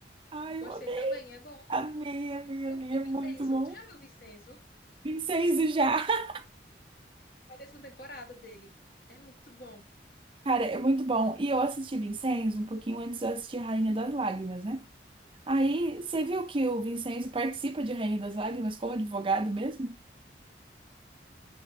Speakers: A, on the right; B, on the left.
A: Ai,
B: Gostei
A: eu amei,
B: também, é bom.
A: amei, amei,
B: Eu,
A: amei.
B: e
A: É
B: Vincenzo,
A: muito bom.
B: tu já viu Vincenzo?
A: Vincenzo já. <laughs>
B: Vai ter segunda temporada dele. É muito bom.
A: Cara, é muito bom. E eu assisti Vincenzo um pouquinho antes de eu assistir Rainha das Lágrimas, né? Aí, você viu que o Vincenzo participa de Rainha das Lágrimas como advogado mesmo?